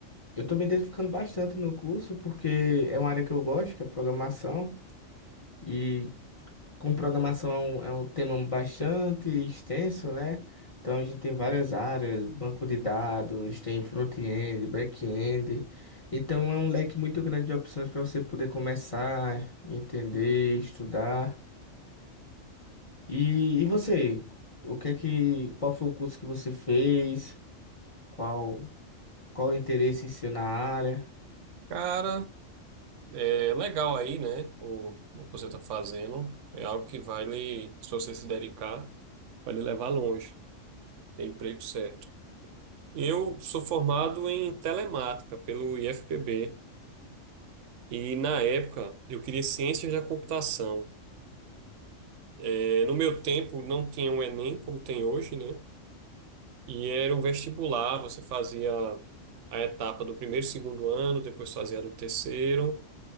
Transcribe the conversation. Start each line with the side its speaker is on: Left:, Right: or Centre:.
Left: eu tô me identificando bastante no curso porque é uma área que eu gosto, que é programação. E com programação é um, é um tema bastante extenso, né? Então a gente tem várias áreas, banco de dados, tem front-end, back-end. Então é um leque muito grande de opções para você poder começar, entender, estudar. E, e você? O que é que, qual foi o curso que você fez? Qual, qual o interesse seu na área?
Right: Cara, é legal aí, né? O, o que você tá fazendo é algo que vai lhe, se você se dedicar, vai lhe levar longe. Tem emprego certo. Eu sou formado em telemática pelo IFPB. E na época eu queria ciências da computação. É, no meu tempo não tinha o Enem como tem hoje, né? E era um vestibular, você fazia a etapa do primeiro e segundo ano, depois fazia a do terceiro.